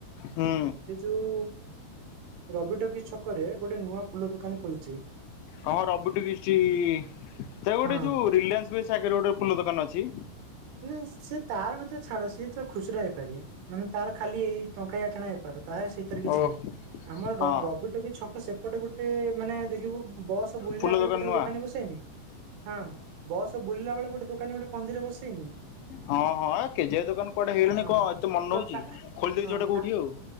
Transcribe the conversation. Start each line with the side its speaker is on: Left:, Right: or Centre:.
Left: ହୁଁ
Right: ସେଯୋଉ। ରବିଟକିଜ୍ ଛକରେ ଗୋଟେ ନୂଆ ଫୁଲ ଦୋକାନୀ ଖୋଲିଛି।
Left: ହଁ ରବିଟକିଜ୍ ସେ ଗୋଟେ
Right: ହଁ
Left: ଯୋଉ ରିଲାଏନ୍ସ ବେସ। ଆାଗରେ ଗୋଟେ ଫୁଲ ଦୋକାନ ଅଛି
Right: ନା ସେ ତାର କଥା ଛାଡ ସିଏ ତ ଖୁଚୁରା ବେ। ପାରି ମାନେ ତାର ଖାଲି ଏଇ ଟଙ୍କାଏ ଆଠଣା ବେପାର। ତାର ସେଥିରେ କିଛି
Left: ଓ
Right: ନାହିଁ ଆମର
Left: ହଁ
Right: ର ରବିଟକିଜ୍ ଛକ ସେପଟେ ଗୋଟେ। ସେ ମାନେ ଦେଖିବୁ। ବସ ବୁଲିଲା
Left: ଫୁଲ
Right: ବେଳେ
Left: ଦୋକାନ
Right: ଗୋଟେ
Left: ନୂଆ
Right: ଦୋକାନୀ ବସେନି ହଁ ବସ ବୁଲିଲା ବେଳେ ଗୋଟେ ଦୋକାନୀ ଗୋଟେ। ମନ୍ଦିରେ ବସି। ସେନି।
Left: ହଁ ହଁ କେଜେଆ ଦୋକାନ କୁଆଡେ ହେଇଗଲେଣି
Right: ହଁ
Left: କଣ ଏତେ ମନେ
Right: ତ
Left: ରଉଛି
Right: ତା
Left: ଖୋଲି ଦେଇଛି
Right: ହଁ
Left: ଗୋଟେ କୋଉଠି
Right: ତା
Left: ଆଉ।